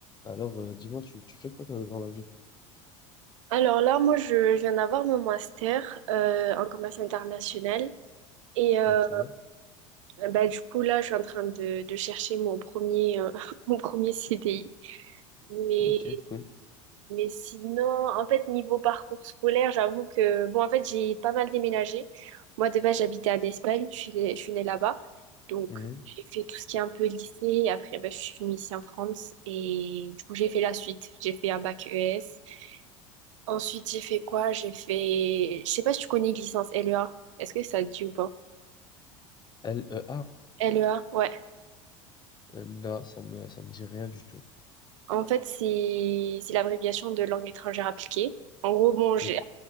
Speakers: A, on the left (about 25°); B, on the right (about 70°).
A: Alors, euh, dis-moi, tu, tu fais quoi toi, dans la vie?
B: Alors là, moi, je, je viens d'avoir mon master euh, en commerce international. Et euh,
A: Ok,
B: bah, du coup, là, je suis en train de, de chercher mon premier, euh, <laughs> mon premier CDI. Mais,
A: ok, cool.
B: mais sinon, en fait, niveau parcours scolaire, j'avoue que, bon, en fait, j'ai pas mal déménagé. Moi, de base, j'habitais en Espagne, je suis, je suis née là-bas. Donc,
A: Mhm.
B: j'ai fait tout ce qui est un peu lycée. Et après, bah, je suis venue ici en France. Et du coup, j'ai fait la suite. J'ai fait un bac ES. Ensuite, j'ai fait quoi? J'ai fait... Je sais pas si tu connais licence LEA. Est-ce que ça te dit ou pas?
A: L, E, A?
B: LEA, ouais.
A: Euh, non, ça me, ça me dit rien du tout.
B: En fait, c'est c'est l'abréviation de langue étrangère appliquée. En gros, bon, j'ai...
A: Ok,